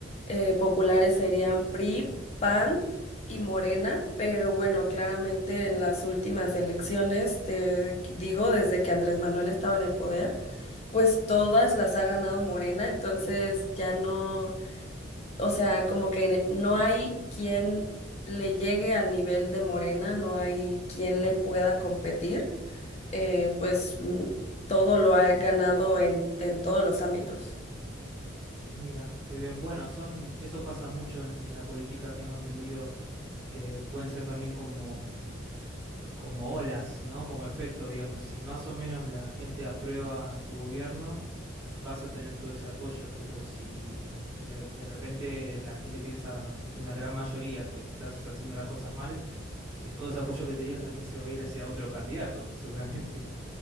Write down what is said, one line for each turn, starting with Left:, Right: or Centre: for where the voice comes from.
Left: eh, populares serían PRI, PAN y Morena, pero bueno, claramente en las últimas elecciones, te digo, desde que Andrés Manuel estaba en el poder, pues todas las ha ganado Morena, entonces ya no, o sea, como que no hay quien le llegue al nivel de Morena, no hay quien le pueda competir, eh, pues mm, todo lo ha ganado en, en todos los ámbitos.
Right: mira, qué bien. Bueno, son, eso pasa mucho en, en la política, tengo entendido que pueden ser también como, como olas, ¿no? Como efecto, digamos. Si más o menos la gente aprueba tu gobierno, vas a tener todo ese apoyo, pero si re- de repente la gente piensa, una gran mayoría, que estás haciendo las cosas mal, eh, todo ese apoyo que te dieron también se va a ir hacia otro candidato, <laughs> seguramente.